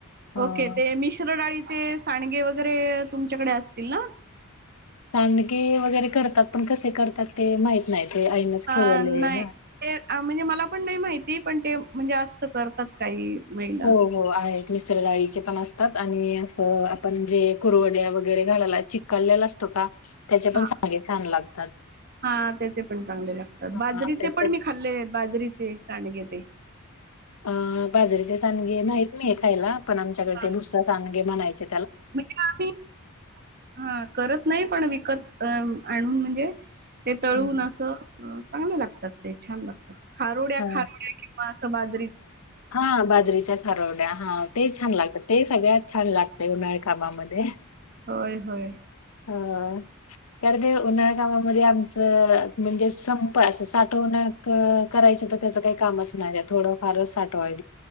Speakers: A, on the left (about 75°); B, on the right (about 45°).
A: ह.
B: ओके मिश्र डाळीचे ते सांडगे वगैरे तुमच्याकडे असतील ना?
A: सांडगे वगैरे करतात, पण कसे करतात ते माहित नाही. ते आईनेच
B: अ
A: केलेले आहे
B: नाही.
A: ना.
B: ते म्हणजे मला पण नाही माहिती, पण ते म्हणजे जास्त करतात काही. महिला
A: हो
B: असं.
A: हो, आहे मिश्र डाळीचे पण असतात, आणि असं आपण जे कुरवड्या वगैरे घालायला चिक काढलेला असतो का? त्याचे पण
B: हा
A: चांगे छान लागत
B: हा त्याचे पण चांगले लागतात
A: हा
B: बाजरीचे
A: आमच्या
B: पण मी खाल्ले बाजरीचे सांड घ ते
A: अ बाजरीचे सांडगे नाहीत मी आहे खायला पण आमच्याकडे
B: हा,
A: ते भुससा सांगे म्हनायचे
B: म्हणजे आम्ही हा करत नाही पण विकत अ आणून म्हणजे ते तळून
A: हम्म हम्म.
B: असं चांगलं लागतात ते छान लागतात खारोड्या
A: हा
B: खारोड्या किंवा असं बाज
A: हा बाजरीच्या खरवड्या हा ते छान लागतात ते सगळ्यात छान लागतय उन्हाळ कामामध्ये
B: होय होय
A: हा करते काम आच म्हणजे संप साठव करायच तर त्याच काही कामच नाही थोडं फारच साठवाय